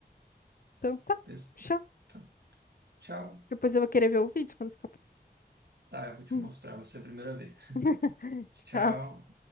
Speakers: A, on the left; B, on the right.
A: Então tá,
B: pensa,
A: tchau.
B: "Tá, tchau.
A: Depois eu vou querer ver o vídeo quando ficar
B: Tá, eu vou te
A: pronto.
B: mostrar, vai ser a primeira vez.
A: <laughs>
B: Tchau.
A: Tchau.